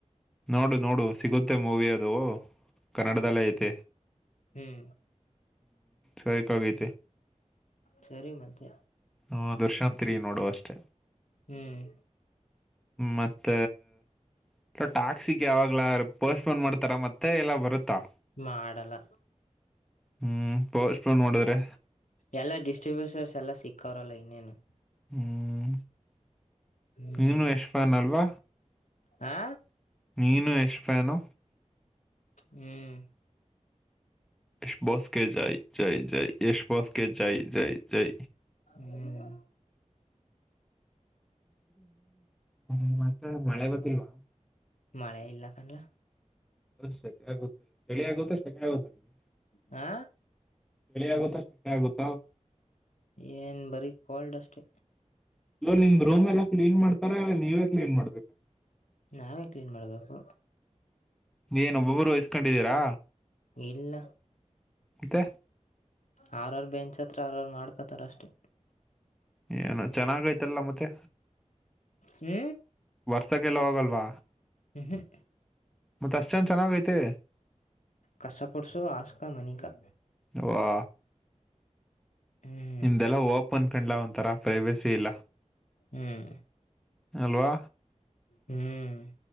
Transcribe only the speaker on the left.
ಹ
ಸರಿ ಮತ್ತೆ
ಹ್ಮ್
ಮಾಡಲ್ಲ
ಎಲ್ಲಾ ಡಿಸ್ಟ್ರಿಬ್ಯೂಟರ್ಸ್ ಎಲ್ಲಾ ಸಿಕ್ಕವ್ರಲ್ಲ ಇನ್ನೇನು
ಹ್ಮ್
ಹಾ
ಹ್ಮ್
ಹ್ಮ್
ಮಳೆ ಇಲ್ಲ ಕಣಲ
ಹಾ
ಏನ್ ಬರೀ ಕೋಲ್ಡ್ ಅಷ್ಟೆ
ನಾವೇ ಕ್ಲೀನ್ ಮಾಡ್ಬೇಕು
ಇಲ್ಲ
ಅವ್ರವ್ರ ಬೆಂಚ್ ಹತ್ರ ಅವ್ರವ್ರು ಮಾಡ್ಕತ್ತಾರ ಅಷ್ಟೆ
ಹ್ಮ
ಹ್ಮ ಹ್ಮ
ಕಸಪುಡ್ಸು ಆಸ್ಕಾ ಮನಿಕಾ
ಹ್ಮ್
ಹ್ಮ್
ಹ್ಮ್